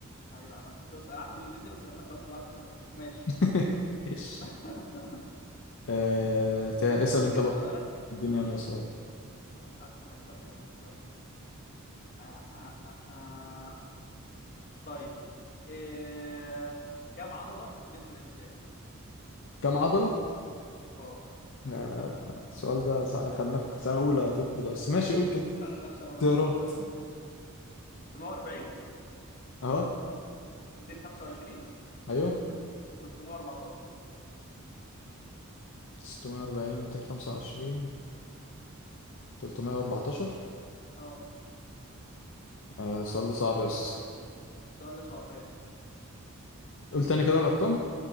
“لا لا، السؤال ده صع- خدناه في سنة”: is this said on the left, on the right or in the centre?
Left